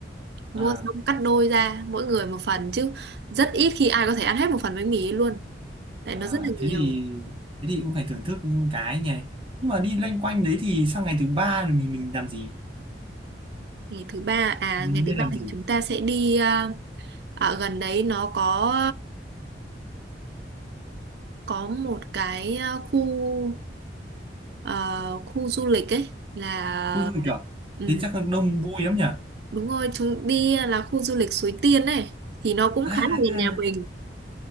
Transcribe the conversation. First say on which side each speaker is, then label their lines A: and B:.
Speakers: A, on the right; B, on the right.
A: mua
B: À.
A: xong cắt đôi ra mỗi người một phần chứ rất ít khi ai có thể ăn hết một phần bánh mì ấy luôn tại
B: À,
A: nó rất là
B: thế
A: nhiều
B: thì thế thì cũng phải thưởng thức cái nhỉ. Nhưng mà đi loanh quanh đấy thì sang ngày thứ ba rồi mình mình làm gì?
A: ngày thứ ba à
B: Mình
A: ngày
B: nên
A: thứ ba
B: làm gì?
A: thì chúng ta sẽ đi ờ, à, ở gần đấy nó có có một cái à, khu à, khu du lịch ấy là
B: Khu du lịch à?
A: ừ,
B: Thế chắc là đông vui lắm nhỉ.
A: đúng rồi chúng đi là khu du lịch Suối Tiên ấy thì nó cũng
B: À,
A: khá là gần nhà mình